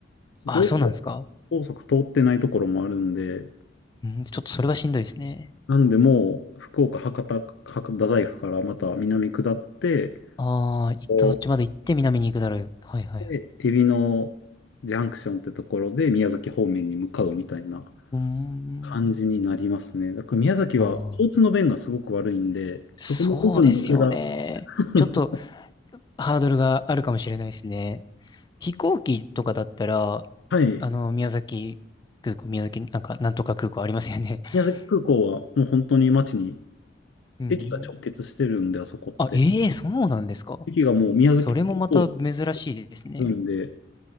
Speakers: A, on the left (about 25°); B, on the left (about 75°).
A: ああ、
B: 高速
A: そうなんですか。
B: 高速通ってないところもあるんで、
A: うん、ちょっとそれはしんどいですね。
B: なんでもう、福岡、博多、博多大学からまた南下って、
A: ああ、行ったそっちまで行って南に行くだろう。
B: こう
A: はいはいはい。
B: で、海老のジャンクションってところで宮崎方面に向かうみたいな
A: うーん。
B: 感じになりますね。だから宮崎は交通の便がすごく悪いんで、
A: ああ。そうですよね。
B: そこの部分だけが、<laughs>
A: ちょっとハードルがあるかもしれないですね。飛行機とかだったら、
B: はい。
A: あの、宮崎空港、宮崎、なんか、なんとか空港ありますよね。<laughs>
B: 宮崎空港はもう本当に街に、
A: うん。
B: 駅が直結してるんで、あそこって。
A: あ、ええそうなんですか。
B: 駅がもう宮崎空港に
A: それもまた珍しいですね。
B: あるんで、